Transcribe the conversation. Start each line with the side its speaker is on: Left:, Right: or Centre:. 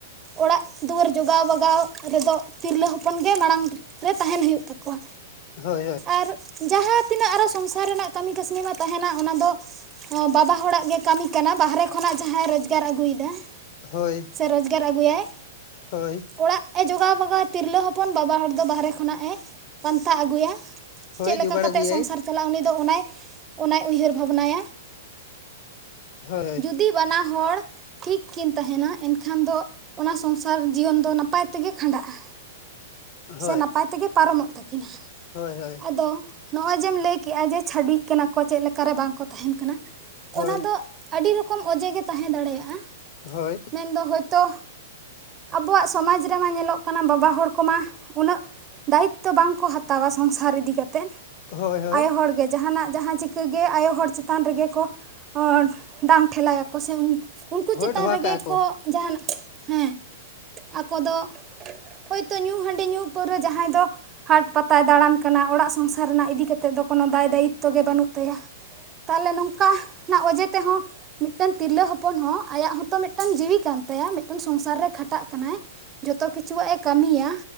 Right: ᱚᱲᱟᱜ ᱫᱩᱣᱟᱹᱨ ᱡᱚᱜᱟᱣ ᱵᱟᱜᱟᱣ ᱨᱮ ᱫᱚ ᱛᱤᱨᱞᱟᱹ ᱦᱚᱯᱚᱱ ᱜᱮ ᱢᱟᱲᱟᱝ ᱨᱮ ᱛᱟᱦᱮᱸᱱ ᱦᱩᱭᱩᱜ ᱛᱟᱠᱚᱣᱟ
Left: ᱦᱳᱭ ᱦᱳᱭ
Right: ᱟᱨ ᱡᱟᱦᱟ ᱛᱤᱱᱟᱹᱜ ᱟᱨᱚ ᱥᱚᱝᱥᱟᱨ ᱨᱮᱱᱟᱜ ᱠᱟᱹᱢᱤ ᱠᱟᱹᱥᱱᱤ ᱢᱟ ᱛᱟᱦᱮᱱᱟ ᱚᱱᱟ ᱫᱚ ᱚ ᱵᱟᱵᱟ ᱦᱚᱲᱟᱜ ᱜᱮ ᱠᱟᱹᱢᱤ ᱠᱟᱱᱟ ᱵᱟᱦᱨᱮ ᱠᱷᱚᱱᱟᱜ ᱡᱟᱦᱟᱭ ᱨᱳᱡᱽᱜᱟᱨ ᱟᱜᱩᱭᱮᱫᱟ
Left: ᱦᱳᱭ
Right: ᱥᱮ ᱨᱚᱡᱽᱜᱟᱨ ᱟᱜᱩᱭᱟᱭ
Left: ᱦᱳᱭ
Right: ᱚᱲᱟᱜᱼᱮ ᱡᱚᱜᱟᱣ ᱵᱟᱜᱟᱣ ᱟᱭ ᱛᱤᱨᱞᱟᱹ ᱦᱚᱯᱚᱱ ᱵᱟᱵᱟ ᱦᱚᱲ ᱫᱚ ᱵᱟᱦᱨᱮ ᱠᱷᱚᱱᱟᱜ ᱮ ᱯᱟᱱᱛᱟ ᱟᱜᱩᱭᱟ
Left: ᱦᱳᱭ
Right: ᱪᱮᱫ ᱞᱮᱠᱟ
Left: ᱡᱚᱜᱟᱲ
Right: ᱠᱟᱛᱮᱜ
Left: ᱟᱹᱜᱩᱭᱟᱭ
Right: ᱥᱚᱝᱥᱟᱨ ᱪᱟᱞᱟᱜᱼᱟ ᱩᱱᱤ ᱫᱚ ᱚᱱᱟᱭ ᱚᱱᱟᱭ ᱩᱭᱦᱟᱹᱨ ᱵᱷᱟᱵᱱᱟᱭᱟ
Left: ᱦᱳᱭ
Right: ᱛᱤ ᱵᱟᱱᱟ ᱦᱚᱲ ᱴᱷᱤᱠ ᱠᱤᱱ ᱛᱟᱦᱮᱱᱟ ᱮᱱᱠᱷᱟᱱ ᱫᱚ ᱚᱱᱟ ᱥᱚᱝᱥᱟᱨ ᱡᱤᱭᱚᱱ ᱫᱚ ᱱᱟᱯᱟᱭ ᱛᱮ ᱜᱮ ᱠᱷᱟᱸᱰᱟᱜᱼᱟ
Left: ᱦᱳᱭ
Right: ᱥᱮ ᱱᱟᱯᱟᱭ ᱛᱮ ᱜᱮ ᱯᱟᱨᱚᱢᱚᱜ ᱛᱟᱠᱤᱱᱟ
Left: ᱦᱳᱭ ᱦᱳᱭ
Right: ᱟᱫᱚ ᱱᱚᱜᱼᱚᱭ ᱡᱮᱢ ᱞᱟᱹᱭ ᱠᱮᱫᱮᱜᱼᱟ ᱡᱮ ᱪᱷᱟᱹᱰᱩᱭᱤᱜ ᱠᱟᱱᱟ ᱠᱚ ᱪᱮᱫᱞᱮᱠᱟᱨᱮ ᱵᱟᱝ ᱠᱚ ᱛᱟᱦᱮᱱ ᱠᱟᱱᱟ
Left: ᱦᱳᱭ
Right: ᱚᱱᱟ ᱫᱚ ᱟᱹᱰᱤ ᱨᱚᱠᱚᱢ ᱚᱡᱮ ᱜᱮ ᱛᱟᱦᱮᱸ ᱫᱟᱲᱮᱭᱟᱜ-ᱟ᱾
Left: ᱦᱳᱭ
Right: ᱢᱮᱱᱫᱚ ᱦᱚᱭᱛᱚ ᱟᱵᱚᱣᱟᱜ ᱥᱚᱢᱟᱡᱽ ᱨᱮᱢᱟ ᱧᱮᱞᱚᱜ ᱠᱟᱱᱟ ᱵᱟᱵᱟ ᱦᱚᱲ ᱠᱚᱢᱟ ᱩᱱᱟᱹᱜ ᱫᱟᱭᱤᱛᱛᱚ ᱵᱟᱝᱠᱚ ᱦᱟᱛᱟᱣᱟ ᱥᱚᱝᱥᱟᱨ ᱤᱫᱤ ᱠᱟᱛᱮᱫ
Left: ᱦᱳᱭ ᱦᱳᱭ
Right: ᱟᱭᱳ ᱦᱚᱲᱜᱮ ᱡᱟᱦᱟᱱᱟᱜ ᱡᱟᱦᱟᱸ ᱪᱤᱠᱟᱹᱜ ᱜᱮ ᱟᱭᱳ ᱦᱚᱲ ᱪᱮᱛᱟᱱ ᱨᱮᱜᱮ ᱠᱚ ᱟᱸᱻ ᱰᱟᱝ ᱴᱷᱮᱞᱟᱭᱟᱠᱚ ᱥᱮ ᱩᱱᱠᱩ
Left: ᱦᱳᱭ
Right: ᱪᱮᱛᱟᱱ
Left: ᱰᱷᱚᱣᱟ
Right: ᱨᱮᱜᱮ
Left: ᱠᱟᱜᱼᱟ
Right: ᱠᱚ ᱡᱟᱦᱟᱱᱟᱜ ᱦᱮᱸ ᱟᱠᱚ ᱫᱚ ᱦᱚᱭᱛᱚ ᱧᱩ ᱦᱟᱺᱰᱤ ᱧᱩ ᱯᱟᱹᱣᱨᱟᱹ ᱡᱟᱦᱟᱸᱭ ᱫᱚ ᱦᱟᱴ ᱯᱟᱛᱟᱭ ᱫᱟᱬᱟᱱ ᱠᱟᱱᱟ ᱚᱲᱟᱜ ᱥᱚᱝᱥᱟᱨ ᱨᱮᱱᱟᱜ ᱤᱫᱤ ᱠᱟᱛᱮᱜ ᱫᱚ ᱠᱳᱱᱳ ᱫᱟᱭ ᱫᱟᱭᱤᱛᱛᱚ ᱜᱮ ᱵᱟᱹᱱᱩᱜ ᱛᱟᱭᱟ ᱛᱟᱦᱚᱞᱮ ᱱᱚᱝᱠᱟᱱᱟᱜ ᱚᱡᱮ ᱛᱮᱦᱚᱸ ᱢᱤᱫᱴᱟᱱ ᱛᱤᱨᱞᱟᱹ ᱦᱚᱯᱚᱱ ᱦᱚᱸ ᱟᱭᱟᱜ ᱦᱚᱸᱛᱚ ᱢᱤᱫᱴᱟᱱ ᱡᱤᱣᱤ ᱠᱟᱱ ᱛᱟᱭᱟ ᱢᱤᱫᱴᱟᱱ ᱥᱚᱝᱥᱟᱨ ᱨᱮ ᱠᱷᱟᱴᱟᱜ ᱠᱟᱱᱟᱭ ᱡᱚᱛᱚ ᱠᱤᱪᱷᱩᱣᱟᱜ ᱮ ᱠᱟᱹᱢᱤᱭᱟ